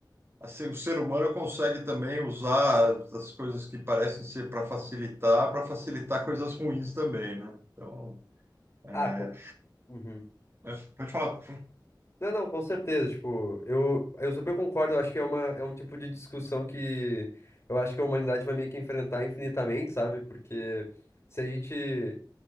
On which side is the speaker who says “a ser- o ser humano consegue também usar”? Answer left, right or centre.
Right